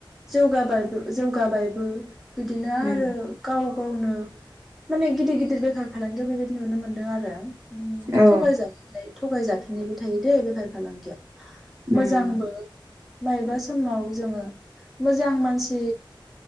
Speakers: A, in the centre; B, on the right.
A: जौगाबाय जौगाबायबो बिदिनो
B: उम
A: आरो गाव गावनो माने गिदिर गिदिर बेफार फालांगियाव बेबायदि नुनो मोनदों आरो
B: ओ
A: थगाय जाजोबनाय थगाय जाफिननायबो थायो दैे बेफार फालांगियाव
B: उम
A: मोजांबो माबेबा समाव जोङो मोजां मानसि